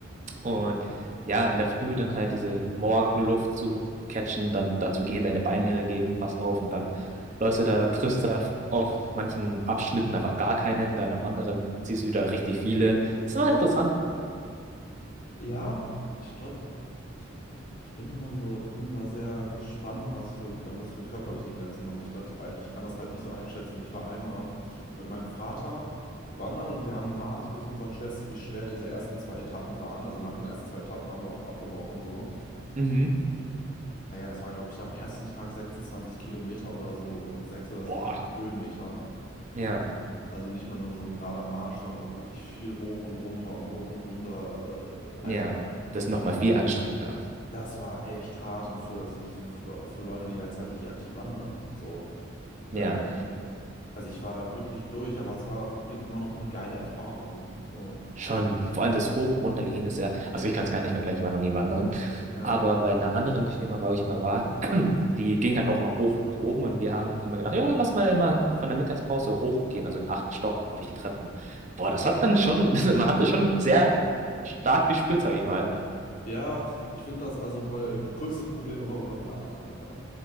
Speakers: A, on the right; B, on the left.
A: Und ja, in der Früh dann halt diese Morgenluft zu catchen, dann dazu gehen, deine Beine geben fast auf und dann läufst du da, triffst da auf auf manchen Abschnitten einfach gar keinen, dann auf anderen siehst du wieder richtig viele. Das war interessant.
B: Ja, ich glaube, ich, ich bin immer so, ich bin immer sehr gespannt, was für, an was für körperliche Grenzen man sich da treibt. Ich kann das halt nicht so einschätzen. Ich war einmal mit meinem Vater wandern und wir haben maßlos unterschätzt, wie schwer diese ersten zwei Etappen waren. Also nach den ersten zwei Etappen haben wir auch abgebrochen so.
A: Mhm.
B: Naja, es war, glaube ich, am ersten Tag 26 Kilometer oder so und sechs oder sieben
A: Boah.
B: Höhenmeter.
A: Ja,
B: Ähm, Also nicht mal nur so ein gerader Marsch, sondern auch wirklich viel hoch und runter und hoch und runter. Äh, Alter,
A: ja. Das ist nochmal viel anstrengender.
B: das war echt hart und für, also so für, für Leute, die jetzt halt nicht aktiv wandern. So.
A: Ja,
B: Äh, also ich war da wirklich durch, aber es war rückblickend immer noch eine geile Erfahrung. So.
A: schon. Vor allem das Hoch- und Runtergehen ist ja, also ich kann es gar nicht vergleichen, ich war noch nie wandern.
B: Ja.
A: Aber bei einer anderen Firma, wo ich mal war, <clears throat> die ging halt auch noch hoch nach oben und wir haben immer gedacht, ja, lass mal immer von der Mittagspause hochgehen, also in den achten Stock durch die Treppen. Boah, das hat dann schon, <laughs> man hatte schon sehr stark gespürt, sage ich mal.
B: Ja, ich finde das also bei größtes Problem einfach immer Blasen, Digga.